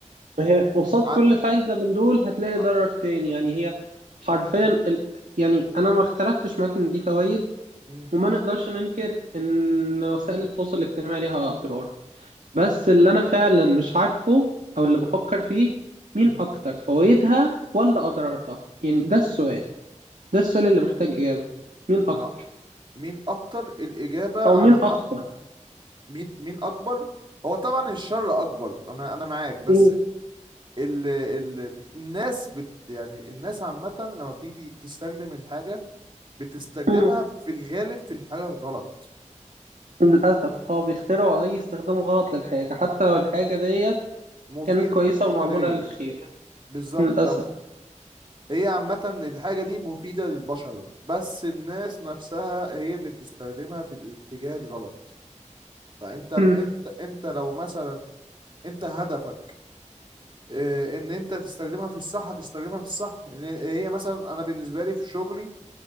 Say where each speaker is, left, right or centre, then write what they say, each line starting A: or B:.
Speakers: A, on the right; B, on the right.
A: ما هي قصاد
B: عن
A: كل فايدة من دول هتلاقي ضرر
B: أ-
A: تاني يعني هي حرفيا
B: مم،
A: ال... يعني أنا ما اختلفتش معاك إن دي فوائد
B: مم،
A: وما نقدرش ننكر إن وسائل التواصل الاجتماعي ليها أضرار بس اللي انا فعلا مش عارفه او اللي
B: مم،
A: بفكر فيه مين
B: مم.
A: اكتر فوائدها ولا اضرارها يعني ده السؤال ده السؤال اللي محتاج اجابة مين
B: مع
A: اكتر
B: مين اكتر الاجابه
A: او
B: على
A: مين
B: حسب
A: اخطر
B: مين مين اكبر هو طبعا الشر اكبر انا انا معاك بس
A: أكيد.
B: ال ال الناس بت يعني الناس عامه لما بتيجي تستخدم الحاجه بتستخدمها
A: مم.
B: في الغالب في الحاجه الغلط
A: للاسف اه بيخترعوا اي استخدام غلط للحاجة حتى لو الحاجة ديت
B: مفيده
A: كانت كويسة
B: للبشريه
A: ومعمولة للخير
B: بالظبط
A: للاسف
B: أو هي عامه الحاجه دي مفيده للبشر بس الناس نفسها هي اللي بتستخدمها في الاتجاه الغلط فانت انت
A: مم.
B: انت لو مثلا انت هدفك آه، ان انت تستخدمها في الصح هتستخدمها في الصح ان هي مثلا انا بالنسبه لي في شغلي